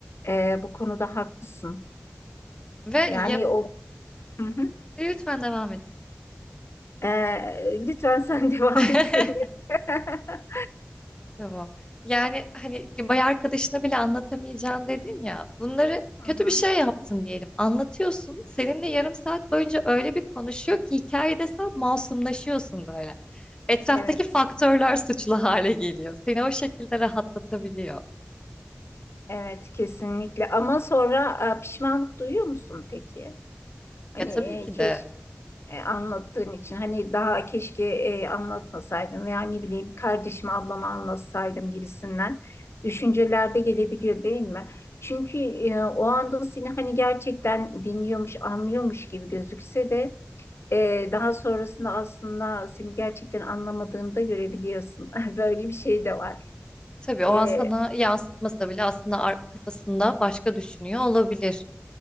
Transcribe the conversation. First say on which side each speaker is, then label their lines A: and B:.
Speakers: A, on the left; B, on the left.
A: Ee, bu konuda haklısın.
B: Ve
A: Yani
B: yap
A: o Hı hı.
B: lütfen devam et.
A: Ee, lütfen sen <laughs> devam
B: <laughs>
A: etseydin. <laughs>
B: Tamam. Yani hani bay arkadaşına bile anlatamayacağın dedim ya. Bunları
A: Hı
B: kötü
A: hı.
B: bir şey yaptın diyelim. Anlatıyorsun. Seninle yarım saat boyunca öyle bir konuşuyor ki hikayede sen masumlaşıyorsun böyle. Etraftaki
A: Evet,
B: faktörler suçlu hale geliyor. Seni o şekilde rahatlatabiliyor.
A: evet kesinlikle. Ama sonra e, pişmanlık duyuyor musun peki? Hani
B: Ya tabii
A: e,
B: ki
A: keşke
B: de.
A: e, anlattığın için hani daha keşke e, anlatmasaydım veya ne bileyim kardeşim ablama anlatsaydım gibisinden düşüncelerde gelebiliyor değil mi? Çünkü e, o anda seni hani gerçekten dinliyormuş, anlıyormuş gibi gözükse de e, daha sonrasında aslında seni gerçekten anlamadığını da görebiliyorsun. <laughs> Böyle bir şey de var.
B: Tabii o
A: E,
B: an sana yansıtmasa bile aslında ar- kafasında başka düşünüyor olabilir.